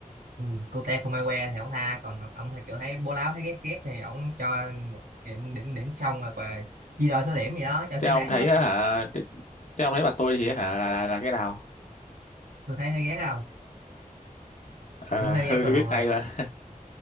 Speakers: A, on the right; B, on the left.
A: ừ, cute không ai que thì ông tha còn ông thì kiểu thấy bố láo thấy ghét ghét thì ông cho một điểm điểm điểm trong rồi và chia đôi số điểm gì đó cho
B: Thế
A: xứng
B: ông
A: đáng
B: thấy
A: quá
B: á hả
A: <laughs>
B: thế ông thấy bà tôi thì hả là là, là cái nào
A: tôi thấy thấy ghét không
B: Ờ,
A: chúng thấy
B: <laughs>
A: ghét luôn ông
B: biết
A: ơi
B: ngay mà